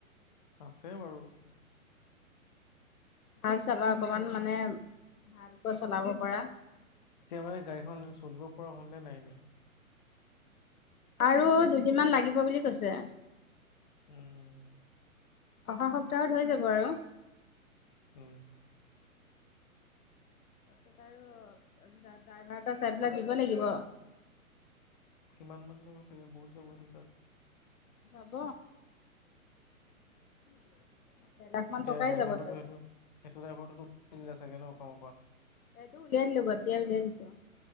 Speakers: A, on the left; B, on the left.
A: আছে বাৰু
B: ভাল চাবা অকমান মানে ভালকৈ চলাব পৰা।
A: এতিয়া মানে গাড়ীখন চলিব পৰা হ'লনে নাই এনেই?
B: আৰু দুদিনমান লাগিব বুলি কৈছে।
A: উম।
B: অহা সপ্তাহত হৈ যাব আৰু।
A: উম।
B: <inaudible> ড্ৰাইভাৰ এটা চাই পেলাই
A: বাৰু
B: দিব লাগিব।
A: কিমান মান যাব ছাগে, বহুত যাব ন তাত।
B: যাব।
A: এতিয়া
B: দেৰ লাখ মান টকাই
A: ড্ৰাইভাৰটোতো
B: যাব চাগে।
A: সেইটো সেইটো ড্ৰাইভাৰটো চাগে ন <unintelligible>
B: সেইটো উলিয়াই দিলে, গতিয়াই উলিয়াই দিছোঁ।